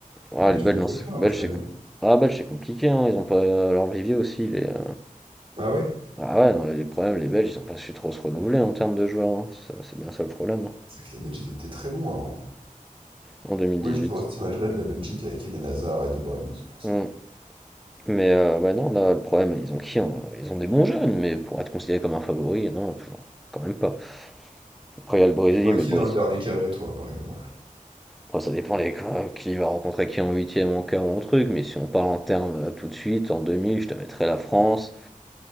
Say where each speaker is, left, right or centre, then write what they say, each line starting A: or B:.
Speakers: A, in the centre; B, on the right.
A: Ah,
B: les Belges,
A: les Belges,
B: ils ont de
A: non,
B: quoi
A: c'est-
B: faire
A: Belges,
B: là cette
A: c'est...
B: année.
A: Ah, Belges, c'est compliqué, hein, ils ont pas euh, leur vivier aussi, les... euh,
B: Ah ouais?
A: Ah ouais, non, les, problèmes, les Belges, ils ont pas su trop se renouveler en termes de joueurs, hein, ça- c'est bien ça le problème, hein,
B: C'est vrai que les Belges, ils étaient très bons avant.
A: en 2018.
B: Moi, je te vois cette image-là de la Belgique avec Eden Hazard et De Bruyne, c'est pour ça.
A: Hmm. Mais euh, bah non, là, le problème, ils ont qui hein Ils ont des bons jeunes, mais pour être considéré comme un favori, non, toujours, quand même pas. Après, il y a le Brésil,
B: Tu vois
A: mais
B: qui
A: le Brésil.
B: dans le dernier carré, toi, par exemple?
A: Après, ça dépend les, qui va rencontrer qui en huitième, en quart ou en truc, mais si on parle en termes euh, tout de suite, en demi, je te mettrais la France.